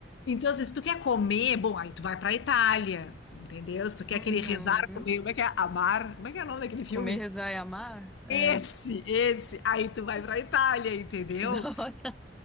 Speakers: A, on the left; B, in the centre.
A: Então, assim, se tu quer comer, bom, aí tu vai pra Itália, entendeu? Se tu quer
B: Uhum.
A: aquele rezar comer, como é que é? Amar, como é que é o nome daquele filme?
B: Comer, rezar e amar? É,
A: Esse, esse. Aí tu vai pra Itália, entendeu?
B: que da hora.